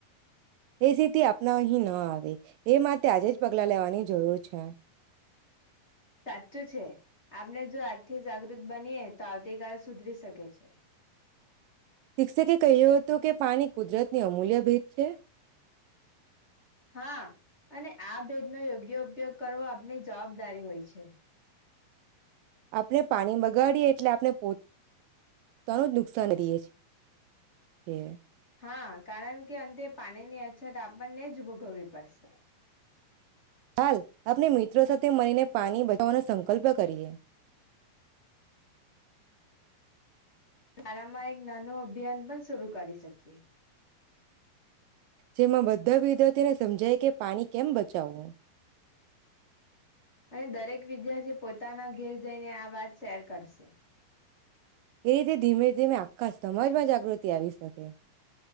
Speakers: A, on the right; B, on the left.
A: એ સ્થિતિ આપનાહી ના આવે. એ માટે આજે જ પગલાં લેવાની જરૂર છે.
B: સાચું છે. આપને જો આ થી જાગૃત બનીએ તો આવતી ગાસ સુધરી શકે છે.
A: શિક્ષકે કહ્યું હતું કે પાણી કુદરતની અમૂલ્ય ભેદ છે.
B: હા, અને આ ભેદ નો યોગ્ય ઉપયોગ કરવો આપની જવાબદારી હોય છે.
A: આપણે પાણી બગાડીએ એટલે આપ ને પોત નાનું નુકસાન રહીએ છે એ.
B: હા, કારણ કે અંતે પાણી ની અછત આપણને જ ભોગવવી પડશે.
A: હાલ આપણે મિત્રો સાથે મળીને પાણી બચાવવાનો સંકલ્પ કરીએ.
B: શાળામાં એક નાનું અભિયાન પણ શરૂ કરી શકીએ.
A: જેમાં બધા વિદ્યાર્થીને સમજાય કે પાણી કેમ બચ જાવું
B: અને દરેક વિદ્યાર્થી પોતાના ઘેર જઈને આ વાત શેર કરશે.
A: એ રી ધીમે-ધીમે આખા સમજમાં જા ગૃતિ આવી શકે.